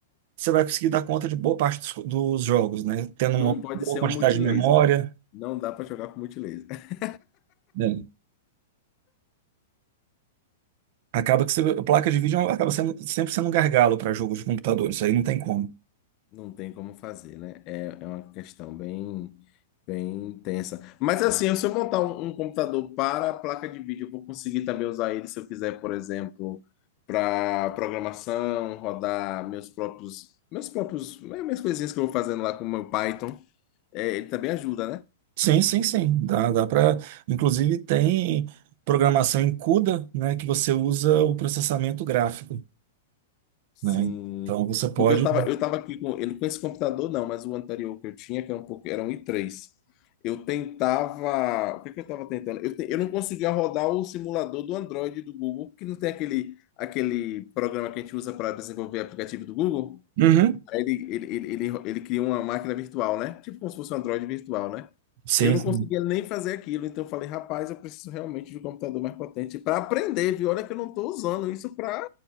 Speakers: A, on the right; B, on the left.
A: você vai conseguir dar conta de boa parte dos, dos jogos, né? Tendo
B: Não
A: uma
B: pode
A: boa
B: ser
A: quantidade
B: um multilaser.
A: de memória.
B: Não dá para jogar com multilaser. <laughs>
A: né? Acaba que você- a placa de vídeo acaba sendo, sempre sendo um gargalo para jogos de computador, isso aí não tem como.
B: Não tem como fazer, né? É, é uma questão bem, bem tensa. Mas assim, se eu montar um, um computador para a placa de vídeo, eu vou conseguir também usar ele se eu quiser, por exemplo, para programação, rodar meus próprios, meus próprios, né, minhas coisinhas que eu vou fazendo lá com o meu Python. É, ele também ajuda, né?
A: Sim, sim, sim. Dá, dá para. Inclusive tem programação em CUDA, né, que você usa o processamento gráfico,
B: Sim.
A: né? Então você pode.
B: Porque eu tava, eu tava aqui com ele com esse computador, não, mas o anterior que eu tinha, que era um pouco, era um i três Eu tentava. O que é que eu tava tentando? Eu, te- eu não conseguia rodar o simulador do Android do Google, que não tem aquele, aquele programa que a gente usa para desenvolver aplicativo do Google.
A: Uhum.
B: Aí ele, ele, ele, ele, ele cria uma máquina virtual, né? Tipo como se fosse um Android virtual, né?
A: Sim,
B: Eu não
A: sim,
B: conseguia nem fazer aquilo, então eu falei, rapaz, eu preciso realmente de um computador mais potente para aprender, viu? Olha que eu não estou usando isso para